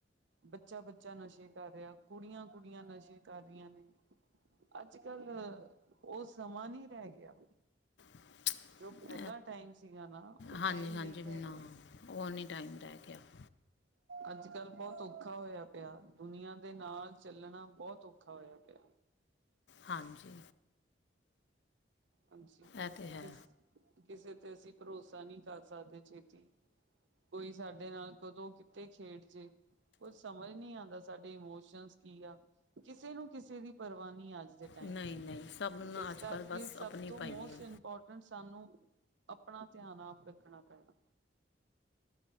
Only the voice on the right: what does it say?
ਬੱਚਾ- ਬੱਚਾ ਨਸ਼ੇ ਕਰ ਰਿਹਾ ਕੁੜੀਆਂ- ਕੁੜੀਆਂ ਨਸ਼ੇ ਕਰ ਰਹੀਆਂ ਨੇ। ਅੱਜ ਕੱਲ ਉਹ ਸਮਾਂ ਨਹੀਂ ਰਹਿ ਗਿਆ।
ਜੋ ਪਹਿਲਾ ਟਾਈਮ ਸੀਗਾ ਨਾ ਉਹ
ਟਾਈਮ
ਨਹੀਂ
ਰਹਿ ਗਿਆ
ਅੱਜ ਕੱਲ੍ਹ ਬਹੁਤ ਔਖਾ ਹੋਇਆ ਪਿਆ ਦੁਨੀਆਂ ਦੇ ਨਾਲ ਚੱਲਣਾ ਬਹੁਤ ਔਖਾ ਹੋਇਆ ਪਿਆ।
ਹਾਂਜੀ
ਕਿਸ
ਕਿਸੇ ਤੇ ਅਸੀਂ ਭਰੋਸਾ ਨਹੀਂ ਕਰ ਸਕਦੇ ਛੇਤੀ ਕੋਈ ਸਾਡੇ ਨਾਲ ਕਦੋਂ ਕਿਤੇ ਖੇਡ ਜੇ। ਕੁਛ ਸਮਝ ਨੀ ਆਉਂਦਾ ਸਾਡੇ ਇਮੋਸ਼ਨ ਕੀ ਆ ਕਿਸੇ ਨੂੰ ਕਿਸੇ ਦੀ ਪਰਵਾ ਨਹੀਂ ਅੱਜ ਦੇ ਟਾਈਮ
ਚ
ਇਸ
ਕਰ
ਕੇ ਸਭ
ਤੋਂ
ਮੋਸਟ
ਇਮਪੋਰੇਂਟੈਂਟ ਸਾਨੂੰ ਆਪਣਾ ਧਿਆਨ ਆਪ ਰੱਖਣਾ ਪੈਣਾ।